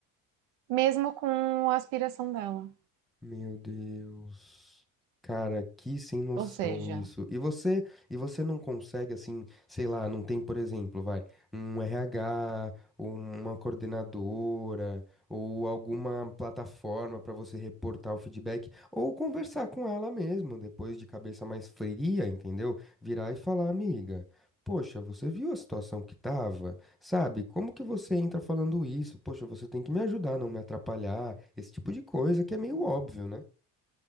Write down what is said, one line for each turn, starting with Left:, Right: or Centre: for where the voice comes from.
Right: mesmo com a aspiração dela.
Centre: Meu Deus. Cara, que sem noção
Right: Ou seja,
Centre: isso. E você, e você não consegue assim, sei lá, não tem, por exemplo, vai, um RH, ou uma coordenadora, ou alguma plataforma pra você reportar o feedback, ou conversar com ela mesmo, depois de cabeça mais fria, entendeu? Virar e falar, amiga, poxa, você viu a situação que tava? Sabe, como que você entra falando isso? Poxa, você tem que me ajudar, não me atrapalhar. Esse tipo de coisa que é meio óbvio, né?